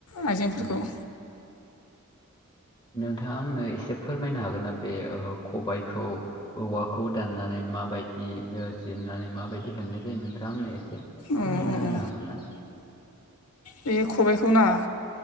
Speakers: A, on the left (about 85°); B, on the left (about 20°).
A: आइजेंफोरखौ
B: उम नोंथाङा आंनो एसे फोरमायनो हागोन ना बे ओ खबाइखौ औवाखौ दाननानै माबायदि जिरनानै माबायदि हेबनाय जायो नोंथां आंनो एसे फोरमायना
A: अ अ
B: होनो
A: अ
B: हागोन ना?
A: बे खबाइखौ ना